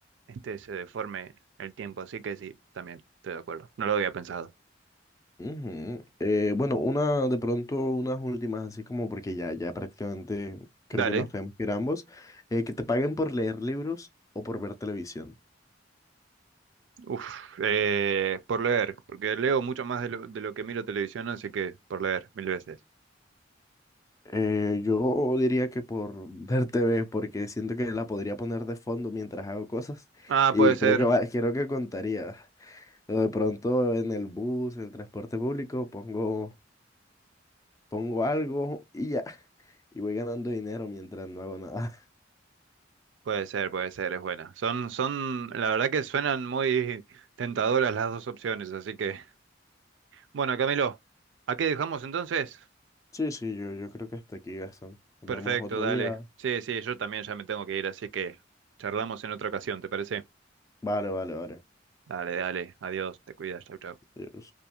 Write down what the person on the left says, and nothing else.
Ujú. Eh, bueno, una de pronto, unas últimas, así como porque ya, ya prácticamente creo
que nos tenemos que ir ambos, eh, que te paguen por leer libros o por ver televisión.
Eh, yo diría que por <laughs> ver TV, porque siento que la podría poner de fondo mientras hago cosas
y
creo que va, creo que contaría. O de pronto en el bus, en el transporte público, pongo, pongo algo y ya. Y voy ganando dinero mientras no hago nada. <laughs>
Sí, sí, yo, yo creo que hasta aquí, Gastón. Nos
vemos otro
día.
Vale, vale, vale.
Adiós.